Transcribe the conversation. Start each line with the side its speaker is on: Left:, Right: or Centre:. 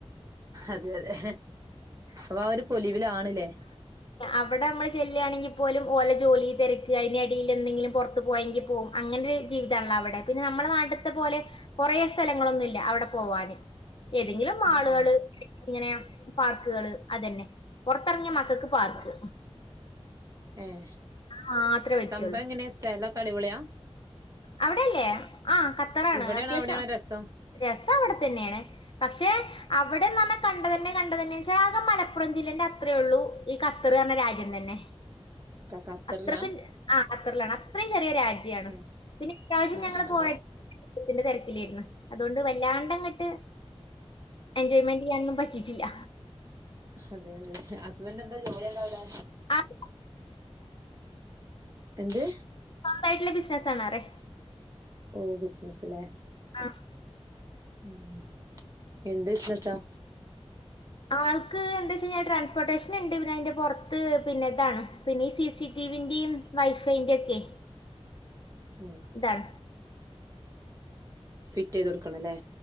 Right: അതെ അതെ. അപ്പൊ ആ ഒരു പൊലിവിലാണ് ല്ലേ
Left: അവടെ നമ്മൾ ചെല്ലാണെങ്കി പോലും ഓലെ ജോലി തെരക്ക് അയിനെടീല് എന്തെങ്കിലും പൊറത്ത് പോയെങ്കി പോവും. അങ്ങനൊരു ജീവിതാണല്ലോ അവടെ. പിന്നെ നമ്മള നാട്ടിത്തെ പോലെ കൊറേ സ്ഥലങ്ങളൊന്നുല്ല അവിടെ പോവാന്. ഏതെങ്കിലും മാളുകള്
Right: ഉം ഉം
Left: ഇങ്ങനെ പാർക്ക് കള് അതന്നെ പൊറത്തെറങ്ങിയ മക്കക്ക് പാർക്ക്.
Right: അതെ ഏഹ്
Left: മാത്രേ പറ്റുള്ളൂ
Right: സംഭവം എങ്ങനെ സ്ഥലൊക്കെ അടിപൊളിയാ.
Left: അവിടെയല്ലേ ആഹ് ഖത്തറാണ്
Right: ഇവിടെയാണോ
Left: അത്യാവശ്യം
Right: അവിടെയാണോ രസം
Left: രസം അവിടെ തന്നേണ് പക്ഷേ അവിടെന്ന് പറഞ്ഞാ കണ്ടതന്നെ കണ്ടതന്നെ വെച്ചാ ആകെ മലപ്പുറം ജില്ലന്റെ അത്രേയൊള്ളൂ ഈ ഖത്തറ് പർഞ്ഞ രാജ്യം തന്നെ.
Right: ക ഖത്തറിലാ
Left: അത്രയ്ക്കും ആഹ് ഖത്തറിലാണ് അത്രിം ചെറിയ രാജ്യാണ്
Right: ആഹ്
Left: പിന്നെ ഇപ്രാവശ്യം
Right: ആഹ്
Left: ഞങ്ങള്
Right: ആഹ് അതെ
Left: പോയ <inaudible> ത്തിന്റെ തെരക്കിലേര്ന്ന്. അതുകൊണ്ട് വല്ലാണ്ടങ്ങട്ട് എൻജോയ്മെന്റ് ചെയ്യാനൊന്നും പറ്റിയിട്ടില്ല.
Right: അതെ അതെ ഹസ്ബൻറ് എന്താ ജോലിയെന്താവിടെ
Left: ആ <inaudible>
Right: എന്ത്?
Left: സ്വന്തായിട്ട്ല്ല ബിസിനസാണറ്യ.
Right: ഓഹ് ബിസിനസ് ലെ.
Left: ആഹ്
Right: ഉം എന്ത് ബിസ്നസാ?
Left: ആൾക്ക് എന്താ വെച്ച് കഴിഞ്ഞാ ട്രാൻസ്പോർട്ടേഷൻ ഇണ്ട് പിന്നെ അയിന്റെ പൊറത്ത് പിന്നെ ഇതാണ് പിന്നെ ഈ സി സി ടി വി ൻ്റിം വൈഫൈൻ്റ്യൊക്കെ
Right: മ്മ്
Left: താണ്
Right: ഫിറ്റ് ചെയ്ത് കൊടുക്കണല്ലേ